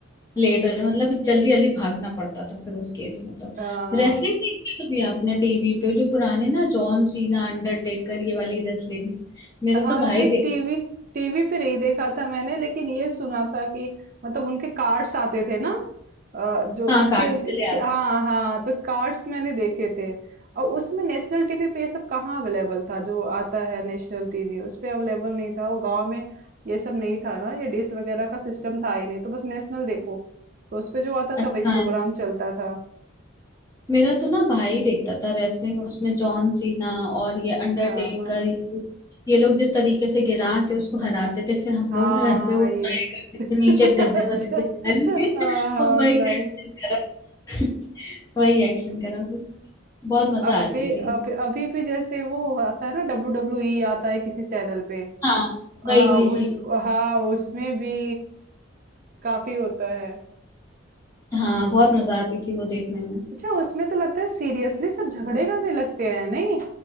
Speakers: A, on the left; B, on the right.
A: लेट हो जाए मतलब जल्दी जल्दी भागना पड़ता था फिर उस केस में तो
B: आ,
A: रेसलिंग देखी है कभी आपने टीवी पे जो पुराने ना जॉन सीना अंडरटेकर ये वाली रेसलिंग मेरा
B: हाँ
A: तो भाई
B: नहीं
A: देख
B: टीवी टीवी पे नहीं देखा था मैंने लेकिन ये सुना था कि मतलब उनके कार्ड्स आते थे ना अ, जो
A: हाँ कार्ड
B: खेल
A: चले
B: खे,
A: आते
B: हाँ
A: थे
B: हाँ तो कार्ड्स मैंने देखे थे और उसमें नेशनल टीवी पे ये सब कहाँ अवेलेबल था जो आता है नेशनल टीवी उस पे अवेलेबल नहीं था वो गांव में ये सब नहीं था ना ये डिश वगैरह का सिस्टम था ही नहीं तो बस नेशनल देखो तो उस पे जो आता
A: अच्छा
B: था वही प्रोग्राम
A: है
B: चलता था
A: मेरा तो ना भाई देखता था रेसलिंग उसमें जॉन सीना और ये अंडरटेकर
B: हाँ हाँ
A: ये ये लोग जिस तरीके से गिरा के उसको हराते थे फिर हम
B: हाँ
A: लोग ना घर
B: हाँ
A: पे वो
B: ये
A: ट्राई करते थे
B: <laughs>
A: नीचे
B: अच्छा
A: गद्दे वद्दे पे डाल
B: हाँ
A: के <laughs>
B: हाँ
A: और वही
B: ट्राई
A: एक्शन करा <laughs> वही एक्शन करा फिर बहुत मजा
B: अब
A: आती
B: भी
A: थी
B: अभी अभी भी जैसे वो आता है ना डब्ल्यू डब्ल्यू ई आता है किसी चैनल पे
A: हाँ वही
B: हाँ
A: वही वही
B: उस हाँ उसमें भी काफी होता है
A: हाँ बहुत मजा आती थी वो देखने में
B: अच्छा उसमें तो लगता है सीरियसली सब झगड़े करने लगते हैं नहीं